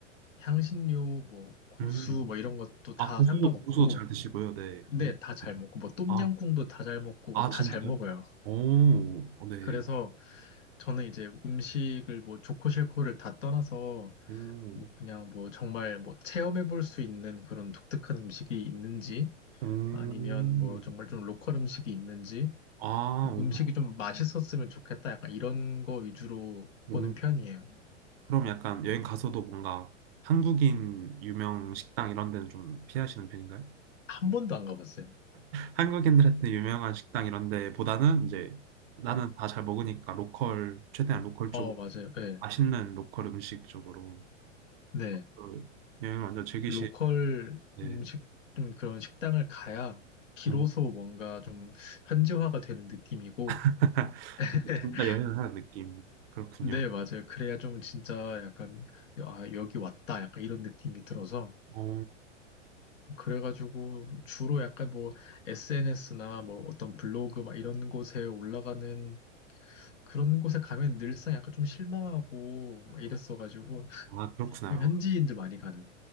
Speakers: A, on the left; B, on the right.
A: 향신료, 뭐 고수,
B: 음.
A: 뭐 이런 것도 다
B: 아, 고수도,
A: 상관없고,
B: 고수도 잘 드시고요. 네.
A: 네,
B: 음.
A: 다 잘 먹고, 뭐 똠양꿍도
B: 아,
A: 다 잘 먹고, 뭐
B: 아,
A: 다잘
B: 진짜요?
A: 먹어요.
B: 오, 어, 네.
A: 그래서 저는 이제 음식을 뭐 좋고 싫고를 다 떠나서
B: 음.
A: 뭐 그냥 뭐 정말 뭐 체험해 볼 수 있는 그런 독특한 음식이 있는지
B: 음.
A: 아니면 뭐 정말 좀 로컬 음식이 있는지
B: 아, 오.
A: 음식이 좀 맛있었으면 좋겠다 약간 이런 거 위주로
B: 오.
A: 보는 편이에요.
B: 그럼 약간 여행 가서도 뭔가 한국인 유명 식당 이런 데는 좀 피하시는 편인가요?
A: 한 번도 안 가봤어요.
B: 한국인들한테 유명한 식당 이런 데보다는 이제 나는
A: 네.
B: 다 잘 먹으니까 로컬, 최대한 로컬 쪽,
A: 어, 맞아요. 네.
B: 맛있는 로컬 음식 쪽으로
A: 네.
B: 그 여행을 완전 즐기시,
A: 로컬
B: 네.
A: 음식 좀 그런 식당을 가야 비로소
B: 음.
A: 뭔가 좀 현지화가 되는 느낌이고
B: <laughs>
A: <laughs>
B: 진짜 여행을 하는 느낌. 그렇군요.
A: 네, 맞아요. 그래야 좀 진짜 약간, 아, 여기 왔다. 약간 이런 느낌이 들어서.
B: 오
A: 그래가지고 주로 약간 뭐 SNS나 뭐 어떤 블로그 막 이런 곳에 올라가는 그런 곳에 가면 늘상 약간 좀 실망하고 막 이랬어가지고
B: 아, 그렇구나요.
A: 현지인들 많이 가는.